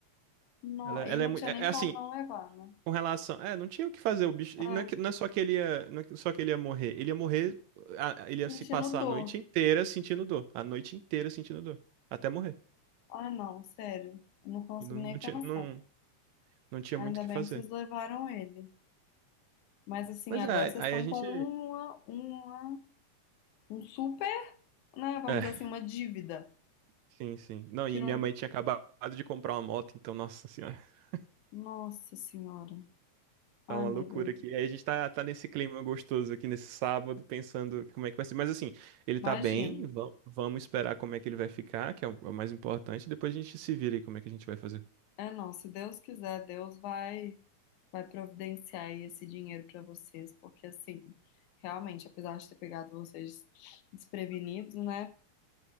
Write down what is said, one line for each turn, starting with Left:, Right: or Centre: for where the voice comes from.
Left: Não,
Right: Ela, ela
Left: e não
Right: é muito.
Left: tinha
Right: É,
Left: nem
Right: é assim,
Left: como não levar, né?
Right: Com relação. É, não tinha o que fazer o bicho.
Left: É,
Right: E não é, que- não é só que ele ia, não é que- só que ele ia morrer. Ele ia morrer. a- a- ele ia
Left: sentindo
Right: se passar
Left: dor.
Right: a noite inteira sentindo dor. A noite inteira sentindo dor. Até morrer.
Left: Ah, não, sério. Eu não consigo
Right: E não, não
Left: nem
Right: tinha,
Left: pensar.
Right: não, não tinha
Left: Ainda
Right: muito o que
Left: bem
Right: fazer.
Left: que vocês levaram ele. Mas assim,
Right: Mas
Left: agora
Right: é,
Left: vocês
Right: aí
Left: estão
Right: a gente.
Left: com uma, uma, um super, né? Vamos
Right: É,
Left: dizer assim, uma dívida.
Right: sim, sim. Não,
Left: Que
Right: e
Left: não.
Right: minha mãe tinha acabado de comprar uma moto, então, nossa senhora, <laughs>
Left: Nossa Senhora. Ai,
Right: tá uma
Left: meu
Right: loucura
Left: Deus.
Right: aqui. Aí a gente tá, tá nesse clima gostoso aqui nesse sábado, pensando como é que vai ser. Mas assim, ele tá
Left: Imagino.
Right: bem, va- vamos esperar como é que ele vai ficar, que é o é o mais importante. Depois a gente se vira aí como é que a gente vai fazer.
Left: É, não. Se Deus quiser, Deus vai, vai providenciar aí esse dinheiro para vocês. Porque assim, realmente, apesar de ter pegado vocês desprevenidos, né?